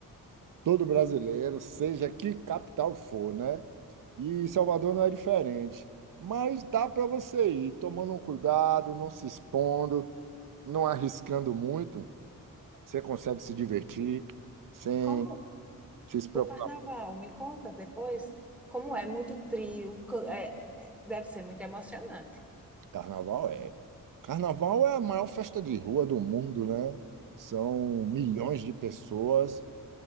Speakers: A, on the right (about 65°); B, in the centre.
A: todo brasileiro, seja que capital for, né? E Salvador não é diferente. Mas dá para você ir tomando um cuidado, não se expondo, não arriscando muito. Você consegue se divertir sem
B: Como
A: se preocupar.
B: o carnaval? Me conta depois como é muito trio, co- é- é- deve ser muito emocionante.
A: Carnaval é. Carnaval é a maior festa de rua do mundo, né? São milhões de pessoas.